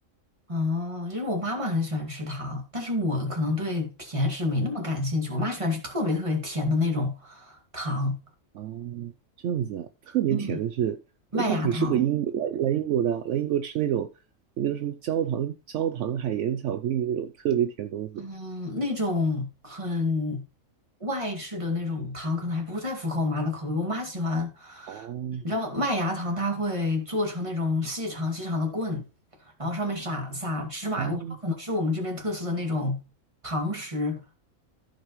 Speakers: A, on the right; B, on the right.
A: 哦，就是我妈妈很喜欢吃糖，但是我可能对甜食没那么感兴趣。
B: 嗯
A: 我妈喜欢吃特别特别甜的那种糖，
B: 啊，这样子啊，特别甜的是，
A: 嗯，麦芽糖。
B: 那它挺适合英国来来英国的啊，来英国吃那种那个叫什么焦糖焦糖海盐巧克力那种特别甜的东西。
A: 嗯，那种很外式的那种糖，可能还不太符合我妈的口味。我妈喜欢，
B: 哦
A: 你知道麦芽糖，它会做成那种细长细长的棍，然后上面撒撒芝麻油。
B: 哦，
A: 我不知道，可能是我们这边特色的那种糖食，